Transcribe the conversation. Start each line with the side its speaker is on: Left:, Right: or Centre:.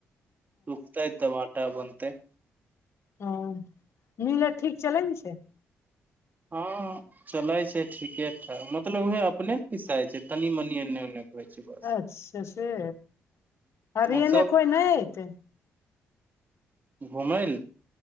Right: सुखतायत तबआट बनतैय
Left: ह मिल ठीक चलै छै
Right: हँ चलै छै ठीके ठाक मतलब उएहे अपने ने पिसाइ छै तनी मनि एन्ने ओन्ने के होइ छै बस
Left: अच्छा से अभी
Right: आब
Left: एने
Right: सब
Left: कोइ नहि एऐतै
Right: घुमै ल